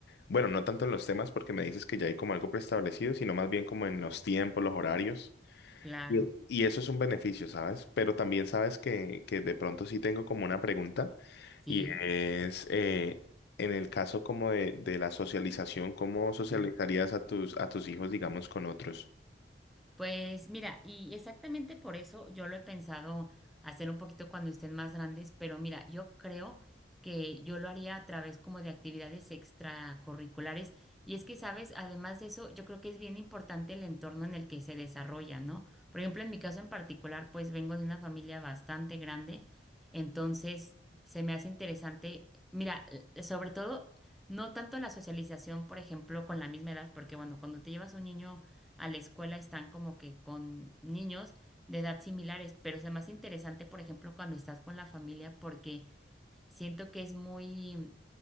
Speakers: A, on the left (about 65°); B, in the centre.
A: bueno, no tanto en los temas porque me dices que ya hay como algo preestablecido, sino más bien como en los tiempos, los horarios.
B: Claro.
A: Y y eso es un beneficio, ¿sabes? Pero también sabes que, que de pronto sí tengo como una pregunta
B: Sí,
A: y es eh, en el caso como de, de la socialización, ¿cómo socializarías
B: sí.
A: a tus, a tus hijos, digamos, con otros?
B: Pues mira, y exactamente por eso yo lo he pensado hacer un poquito cuando estén más grandes, pero mira, yo creo que yo lo haría a través como de actividades extracurriculares. Y es que, sabes, además de eso, yo creo que es bien importante el entorno en el que se desarrolla, ¿no? Por ejemplo, en mi caso en particular, pues vengo de una familia bastante grande, entonces se me hace interesante, mira, l- sobre todo, no tanto la socialización, por ejemplo, con la misma edad, porque bueno, cuando te llevas a un niño a la escuela están como que con niños de edad similares, pero es más interesante, por ejemplo, cuando estás con la familia, porque siento que es muy